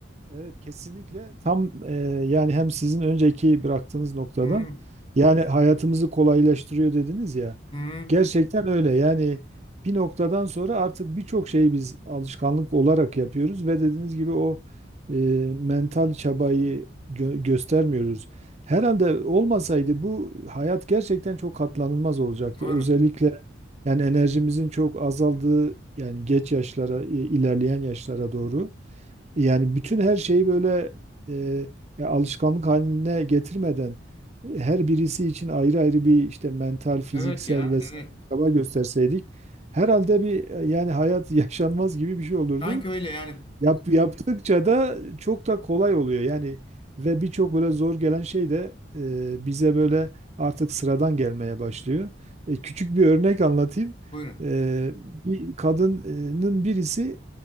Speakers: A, on the right; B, on the left.
A: Evet kesinlikle tam e, yani hem sizin önceki bıraktığınız noktadan
B: Hı hı.
A: yani hayatımızı kolaylaştırıyor dediniz ya.
B: hı.
A: Gerçekten öyle yani bir noktadan sonra artık birçok şeyi biz alışkanlık olarak yapıyoruz ve dediğiniz gibi o e, mental çabayı gö- göstermiyoruz. Herhalde olmasaydı bu hayat gerçekten çok katlanılmaz olacaktı.
B: Doğru.
A: Özellikle yani enerjimizin çok azaldığı yani geç yaşlara i- ilerleyen yaşlara doğru. Yani bütün her şeyi böyle e, ya alışkanlık haline getirmeden her birisi için ayrı ayrı bir işte mental, fiziksel
B: Evet ya,
A: vesaire
B: evet.
A: çaba gösterseydik herhalde bir e, yani hayat <laughs> yaşanmaz gibi bir şey olurdu.
B: Sanki öyle yani
A: Yap,
B: bu,
A: yaptıkça da çok da kolay oluyor. Yani ve birçok böyle zor gelen şey de e, bize böyle artık sıradan gelmeye başlıyor. E, küçük bir örnek anlatayım.
B: buyurun.
A: E, bir kadının birisi